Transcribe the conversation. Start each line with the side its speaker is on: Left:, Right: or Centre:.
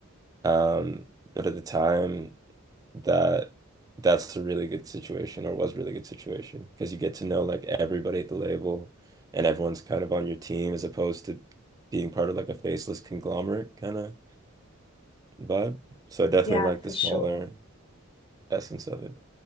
Right: Um, but at the time that that's a really good situation or was really good situation because you get to know like everybody at the label and everyone's kind of on your team as opposed to being part of like a faceless conglomerate kind of vibe. So I definitely
Left: Yeah,
Right: like the
Left: for
Right: smaller
Left: sure.
Right: essence of it.